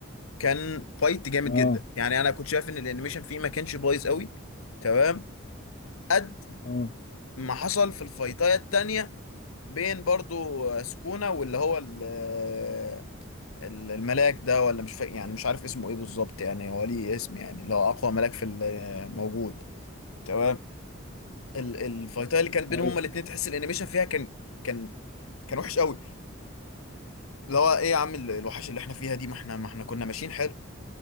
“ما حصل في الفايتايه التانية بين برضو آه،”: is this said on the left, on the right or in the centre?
Left